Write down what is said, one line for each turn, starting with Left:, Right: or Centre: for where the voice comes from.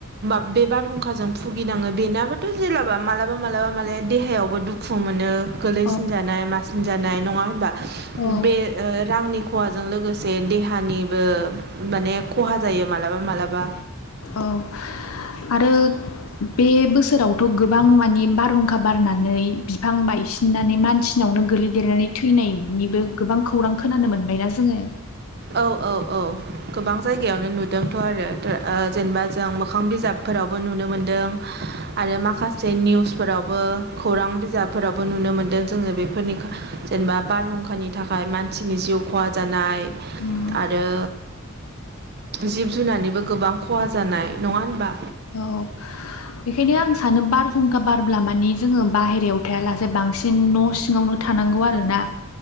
Right: बे बारहुंखाजों भुगिनाङो बेनाबाथ' जेलाबा मालाबा मालाबा माने देहायावबो दुखु मोनो गोलैसिनजानाय
Left: औ
Right: मासिनजानाय नङा होनबा?
Left: औ
Right: बे ओ रांनि खहाजों लोगोसे देहानिबो माने खहा जायो मालाबा मालाबा
Left: औ <unintelligible> आरो बे बोसोरावथ' गोबां माने बारहुंखा बारनानै बिफां बायसिननानै मानसिना बावनो गोलैदेरनानै थैनायनिबो गोबां खौरां खोनानो मोनबायना जोङो
Right: औ औ औ गोबां जायगायावनो नुदोंथ' आरो ओ जेनेबा जों मोखां बिजाब फोरावबो नुनो मोन्दों <unintelligible> आरो माखासे निउसफोरावबो खौरां बिजाबफोरावबो नुनो मोनदों जोङो बेफोरनि जेनेबा बारहुंखानि थाखाय मानसिनि जिउ खहा जानाय
Left: उम
Right: आरो जिब जुनारनिबो गोबां खहा जानाय नङा होनबा
Left: औ <unintelligible> <unintelligible> आं सानो बारहुंखा बारब्ला माने जोङो बाहेरायाव थायालासे बांसिन न' सिङावनो थानांगौ गौ आरोना।